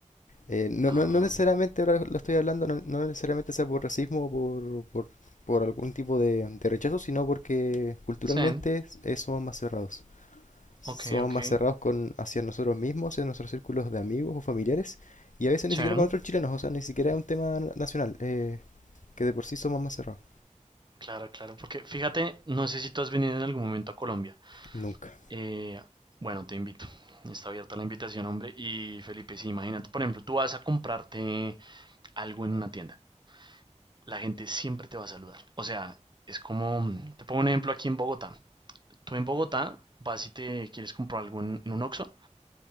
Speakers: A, on the left (about 80°); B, on the right (about 35°).
A: Eh, no,
B: Ah,
A: no, no necesariamente, ahora lo estoy hablando, no, no necesariamente sea por racismo o por, por, por algún tipo de, de rechazo, sino porque culturalmente
B: chen.
A: eh, somos más cerrados somos
B: Ok, ok.
A: más cerrados con, hacia nosotros mismos, hacia nuestros círculos de amigos o familiares, y a veces ni
B: Chen.
A: siquiera con otros chilenos, o sea, ni siquiera es un tema nacional, eh, que de por sí somos más cerrados.
B: Claro, claro, porque fíjate, no sé si tú has venido en algún momento a Colombia.
A: Nunca.
B: Eh, bueno, te invito. Está abierta la invitación, hombre. Y Felipe, sí, imagínate, por ejemplo, tú vas a comprarte algo en una tienda. La gente siempre te va a saludar. O sea, es como, mm, te pongo un ejemplo aquí en Bogotá. Tú en Bogotá vas y te quieres comprar algo en, en un Oxxo,